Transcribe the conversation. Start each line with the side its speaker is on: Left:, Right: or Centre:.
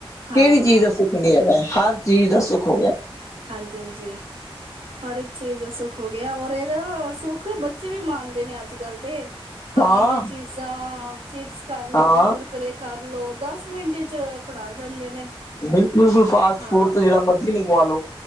Right: ਹਾਂ
Left: ਕੇੜੀ ਚੀਜ਼ ਦਾ ਸੁੱਖ ਨੀ ਹੈਗਾ ਐ ਹਰ ਚੀਜ਼ ਦਾ ਸੁੱਖ ਹੋ ਗਿਆ।
Right: ਹਾਂਜੀ-ਹਾਂਜੀ ਹਰ ਇੱਕ ਚੀਜ਼ ਦਾ ਸੁੱਖ ਹੋ ਗਿਆ ਔਰ ਏਦਾ ਸੁੱਖ ਬੱਚੇ ਵੀ ਮਾਣਦੇ ਨੇ ਅੱਜ ਕੱਲ੍ਹ ਦੇ। ਖਾਣ
Left: ਹਾਂ
Right: ਦੀਆਂ ਚੀਜ਼ਾਂ ਚਿਪਸ ਕਰਲੋ
Left: ਹਾਂ
Right: ਕੁਰਕੁੁਰੇ ਕਰ ਲੋ ਦਸ ਮਿੰਟੇ ਚ ਫੜਾ ਜਾਂਦੇ ਨੇ
Left: ਬਿਲਕੁੱਲ-ਬਿਲਕੁੱਲ ਫਾਸਟ
Right: ਹਾਂ
Left: ਫੂਡ ਤੋ ਜੇੜਾ ਮਰਜੀ ਮੰਗਵਾ ਲੋ।